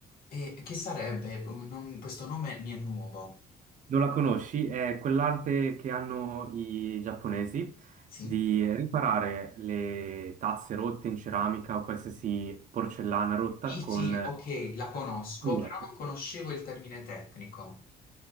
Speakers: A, on the left (about 60°); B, on the right (about 50°).
A: E che sarebbe? Non- questo nome mi è nuovo.
B: Non la conosci? È quell'arte che hanno i giapponesi
A: Sì.
B: di riparare le tazze rotte in ceramica o qualsiasi porcellana rotta
A: Sì,
B: con...
A: sì, ok, la conosco,
B: Quello.
A: però non conoscevo il termine tecnico.